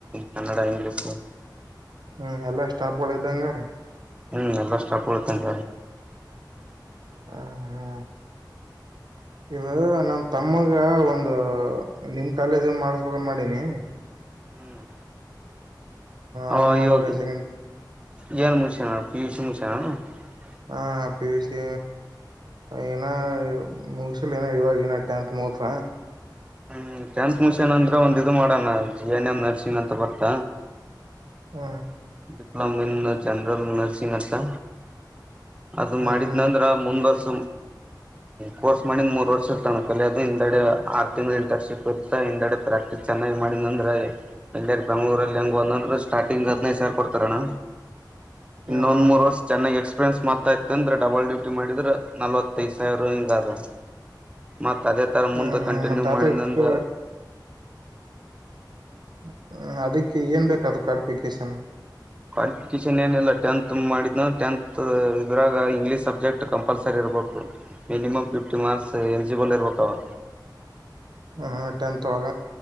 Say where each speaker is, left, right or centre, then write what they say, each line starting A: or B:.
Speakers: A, on the right; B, on the right.
A: ಕನ್ನಡ ಇಂಗ್ಲೀಷು
B: ಹ್ಮ ಎಲ್ಲಾ ಸ್ಟಾಪ್ ಬದಾಂಗ ರ
A: ಹ್ಮ್ ಎಲ್ಲಷ್ಟಾಪಡ್ತ ಸ
B: ಹ ಹ್ಮ ಇದು ನನ್ ತಮ್ಮಗ ಒಂದು ನಿಮ್ ಕಾಲೇಜ ಮಾಡ್ಬೇಕುವಂತ ಮಾಡೀನಿ
A: ಹ್ಮ್ ಹ
B: ಅವನ್ ಇವಾಗ
A: ಯೋಗ
B: ಸೆಕೆಂಡ್
A: ಜನ್ ಮುಷ ನ ಈಷಸ <unintelligible>
B: ಹಾ ಪಿಯುಸಿ ಏನ ಮುಗಸಲ್ ಏನ ಇವನ ಟೆಂತ್ ಮುಗಸ
A: ಹ್ಮ್ ಟ್ಯಾನ್ಸ್ ಮಿಷನ್ ಅಂದ್ರೆ ಒಂದ ಇ ಮಾಡೋಣ ಜಿ ಎನ್ ಎಂ ನರ್ಸಿಂಗ್ ಅಂತ ಬರ್ತ
B: ಹ್ಮ
A: ಡಿಪ್ಲೋಮ ಇನ್ ಜನರಲ್ ನರ್ಸಿಂಗ್ ಅ ಅದು
B: ಹ್ಮ್
A: ಮಾಡಿದ್ನಂದ್ರ
B: ಹ್ಮ್
A: ಮುಂದ್ರ್ಷ ಕೋರ್ಸ್ ಮಾಡ ಮೂರ್ ವರ್ಷ ಇರ್ತಾನ ಕ ಹಿಂದೆಡೆ ಆರ್ ತಿಂಗ ಇಂಟರ್ನ್ಶಿಪ್ ಇತ ಹಿಂದೆಡೆ ಪ್ರಾಕ್ಟೀಸ್ ಚೆನ್ನಾಗಿ್ ಮಾಡ ಅಂದ್ರೆ ಎಲ್ಲಿ ಬೆಂಗ್ಳೂರಲ್ಲಿ ಹೆಂಗಂದಂದ್ರೆ ಸ್ಟಾರ್ಟಿಂಗ್ ಹದ್ಿನೈದು ಸಾವರ ಕೊಡ್ತರೋಣ್ಣ
B: ಹ್ಮ್
A: ನೋನ್
B: ಹ್ಮ್
A: ಮೊರಸ್ ಚೆನ್ನೈ ಎಕ್ಸ್ಪ್ರೆ ಫ್ರೆಂಡ್ಸ್ ಮಾತಾತೆ ಅಂದ್ರೆ ಡಬಲ್ ಡ್ಯೂಟಿ ಮಾಡಿದರೆೆ ನಲ್ವತ್ತೈದು ಸಾವಿರ ಹಿಂಗಾದ. ಮತ್ ಅದೇ ತರ
B: ಹ್ಮ್
A: ಮುಂದೆ
B: ಹ್ಮ್
A: ಕಂಟಿನ್ಯೂ
B: ಮತ್ತ
A: ಮಾಡಿದ
B: ಅದಕ್ಕ
A: ಒಂದು
B: ಹ್ಮ್ ಅದಕ್ಕೆ ಏನ್ ಬೇಕಾದದು ಕಲ್ಪಿಕ್ ಕೆಸನ್
A: ಕ್ವಾಲಿಫಿಕೇಶನ್ ಏನಿಲ್ಲ, ಟೆಂತ್ ಮಾಡಿದ್ನ ಟೆಂತ್ ಇದ್ರಾಗ ಇಂಗ್ಲೀಷ್ ಸಬ್ಜೆಕ್ಟ್ ಕಂಪಲ್ಸರಿ ಇರಬೇಕು. ಮಿನಿಮಮ್ ಫಿಫ್ಟಿ ಮಾರ್ಕ್ಸ್ ಎಲಿಜಿಬಲ್ ಇರ್ಬೇಕಾವ.
B: ಹ ಹ ಟೆಂತ್ ಹೋಗ